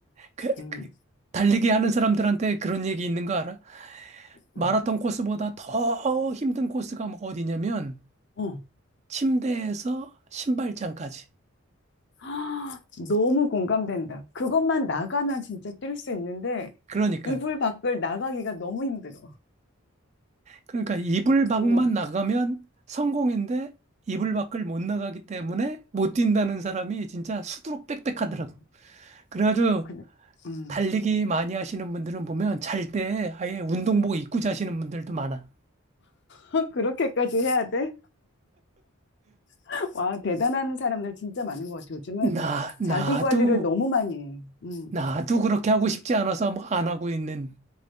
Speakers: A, on the right; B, on the left.
A: 그,
B: 음,
A: 그 달리기 하는 사람들한테 그런 얘기 있는 거 알아? 마라톤
B: 음.
A: 코스보다 더 힘든 코스가 뭐 어디냐면,
B: 어.
A: 침대에서 신발장까지.
B: 아, 너무 공감된다. 그것만 나가면 진짜 뛸 수 있는데,
A: 그러니까.
B: 이불 밖을 나가기가 너무 힘들어.
A: 그러니까 이불 밖만
B: 어.
A: 나가면 성공인데 이불 밖을 못 나가기 때문에 못 뛴다는 사람이 진짜 수두룩 빽빽하더라고.
B: 음,
A: 그래가지고
B: 그, 음.
A: 달리기 많이 하시는 분들은 보면 잘 때 아예 운동복 입고 자시는 분들도 많아.
B: <laughs> 그렇게까지 해야 돼? <laughs> 와, 대단한 사람들 진짜 많은 것 같아. 요즘은
A: 나, 나도,
B: 자기 관리를 너무 많이 해. 음.
A: 나도 그렇게 하고 싶지 않아서 뭐안 하고 있는.